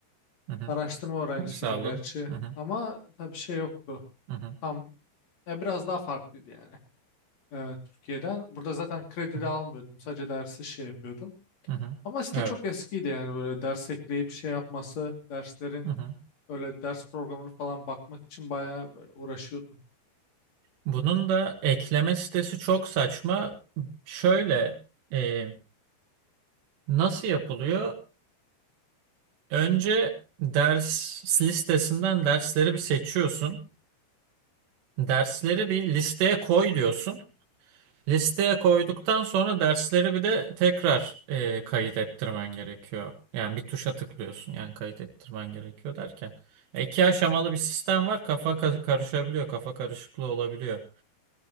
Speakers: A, on the right; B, on the left.
A: Hı hı.
B: Araştırma öğrencisiydim
A: Ders aldın.
B: gerçi
A: Hı hı.
B: ama tabii şey yoktu.
A: Hı hı.
B: Tam ya biraz daha farklıydı yani e, Türkiye'den. Burada zaten kredi
A: Hı hı,
B: de almıyordum. Sadece dersi şey yapıyordum.
A: hı hı.
B: Ama site
A: Evet.
B: çok eskiydi yani böyle ders ekleyip şey yapması, derslerin
A: Hı hı.
B: öyle ders programını falan bakmak için bayağı böyle uğraşıyordum.
A: Bunun da ekleme sitesi çok saçma. Şöyle e, nasıl yapılıyor? Önce ders listesinden dersleri bir seçiyorsun. Dersleri bir listeye koy diyorsun. Listeye koyduktan sonra dersleri bir de tekrar e, kayıt ettirmen gerekiyor. Yani bir tuşa tıklıyorsun. Yani kayıt ettirmen gerekiyor derken. E, iki aşamalı bir sistem var. Kafa ka- karışabiliyor. Kafa karışıklığı olabiliyor.